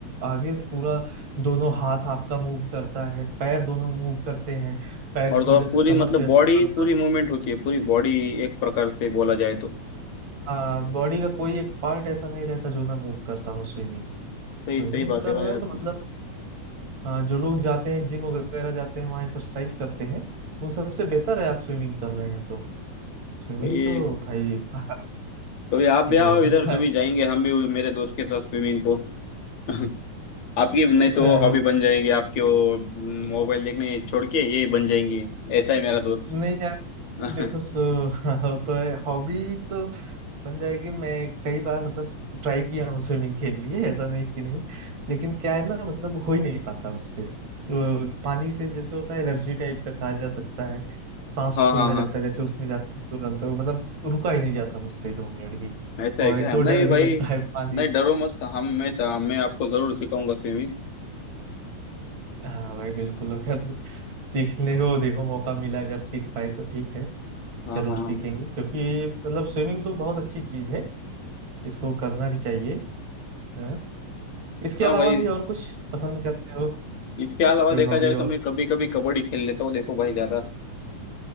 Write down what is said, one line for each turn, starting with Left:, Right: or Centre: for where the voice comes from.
Right: आगे पूरा दोनों हाथ आपका मूव करता है पैर दोनों मूव करते हैं पैर
Left: और
Right: की
Left: तो
Right: वजह
Left: आप
Right: से
Left: पूरी
Right: कमर
Left: मतलब
Right: पे असर
Left: बॉडी
Right: पड़ता
Left: पूरी
Right: है
Left: मूवमेंट होती है पूरी बॉडी एक प्रकार से बोला जाए तो
Right: हाँ बॉडी का कोई एक पार्ट ऐसा नहीं रहता जो ना मूव करता हो स्विमिंग
Left: सही
Right: स्विमिंग
Left: सही बात
Right: कर
Left: है भाई
Right: रहे हैं
Left: आपकी
Right: तो मतलब हाँ, जो लोग जाते हैं जिम वगैरह जाते हैं वहाँ एक्सरसाइज करते हैं उन सबसे बेहतर है आप स्विमिंग कर रहे हैं तो स्विमिंग
Left: भाई
Right: तो भाई <laughs> बाहर
Left: कभी आप
Right: के
Left: भी आओ
Right: लेवल
Left: इधर
Right: का
Left: कभी जाएंगे हम भी मेरे दोस्त के साथ स्विमिंग को <laughs> आपकी नहीं तो
Right: है
Left: हॉबी
Right: <laughs>
Left: बन जाएगी आपके वो मोबाइल देखने छोड़ के ये बन जाएंगी ऐसा है मेरा दोस्त
Right: नहीं यार
Left: <laughs> हाँ
Right: देखो सो <laughs> वो तो है हॉबी तो बन जाएगी मैं कई बार मतलब ट्राई किया हूँ स्विमिंग के लिए ऐसा नहीं कि नहीं लेकिन क्या है ना मतलब हो ही नहीं पाता उससे वो पानी से जैसे होता है एलर्जी टाइप का कहा जा सकता है सांस
Left: हाँ
Right: फूलने
Left: हाँ
Right: लगता है जैसे उसमें जाते हैं तुरंत वो मतलब रुका ही नहीं जाता मुझसे दो मिनट भी
Left: ऐसा है
Right: और
Left: क्या
Right: एक तो
Left: नहीं
Right: डर
Left: भाई
Right: भी लगता है पानी
Left: नहीं
Right: से
Left: डरो मत हम मैं मैं आपको जरूर सिखाऊंगा स्विमिंग
Right: हाँ भाई बिल्कुल अगर सीखने को देखो मौका मिला अगर सीख पाए तो ठीक है
Left: हाँ
Right: जरूर
Left: हाँ
Right: सीखेंगे
Left: हाँ
Right: क्योंकि मतलब स्विमिंग तो बहुत अच्छी चीज है इसको करना भी चाहिए हाँ। इसके
Left: हाँ
Right: अलावा
Left: भाई
Right: भी और कुछ पसंद करते हो
Left: इसके अलावा
Right: कोई
Left: देखा
Right: हॉबी
Left: जाए तो
Right: और
Left: मैं कभी कभी कबड्डी खेल लेता हूँ देखो भाई ज्यादा